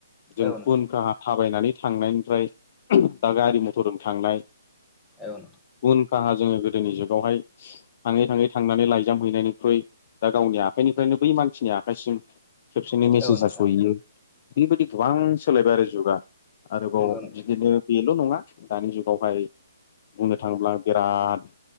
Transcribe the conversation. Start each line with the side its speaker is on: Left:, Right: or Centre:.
Left: जों
Centre: औ नोंथां
Left: उनखाहा थाबायनानै थांनायनिफ्राय दा गारि मथरजों थांनाय
Centre: औ
Left: गुन खाहा जोङो गोदोनि जुगावहाय थाङै थाङै थांनानै लाइजाम हैनायनिख्रुइ दा गावनि आखाइनिफ्रायनो बै मानसिनि आखाइसिम खेबसेनो
Centre: नोंथां
Left: मेसेजआ
Centre: औ नोंथां
Left: सहैयो। बेबायदि गोबां सोलायबाय आरो जुगा। आरोबाव
Centre: नंगौ नोंथां
Left: बिदिनो बे 'नङा दानि जुगावहाय बुंनो थाङोब्ला बिराद